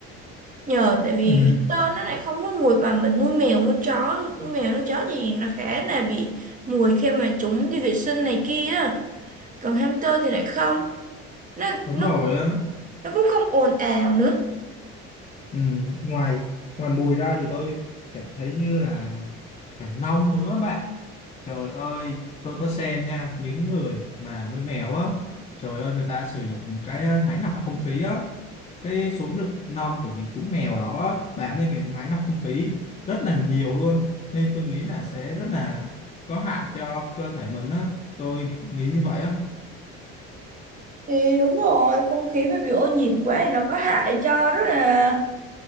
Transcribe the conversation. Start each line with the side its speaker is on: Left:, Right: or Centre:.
Right: nhờ tại vì
Left: Ừ,
Right: hamster nó lại không có mùi mà mình nuôi mèo nuôi chó nuôi mèo nuôi chó thì nó khá là bị mùi khi mà chúng đi vệ sinh này kia á. còn hamster thì lại không nó
Left: đúng
Right: nó
Left: rồi á.
Right: nó cũng không ồn ào nữa
Left: Ừ, ngoài ngoài mùi ra thì tôi cảm thấy như là cả nông nữa bạn. Trời ơi, tôi có xem nha, những người mà nuôi mèo á, trời ơi người ta sử dụng cái ờ, máy lọc không khí á, cái số lượng lông của những chú mèo đó á, bám lên cái máy lọc không khí rất là nhiều luôn, nên tôi nghĩ là sẽ rất là có hại cho cơ thể mình á, tôi nghĩ như vậy á.
Right: thì đúng rồi không khí mà bị ô nhiễm quá thì nó có hại cho rất là